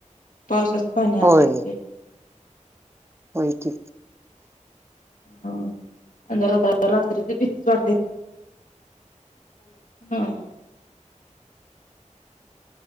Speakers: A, on the left; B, on the right.
A: पावसाच पाणी आत
B: होय
A: येतय.
B: होय की
A: ह <unintelligible> आणि रात्रीची भीतीच वाढतेे <unintelligible>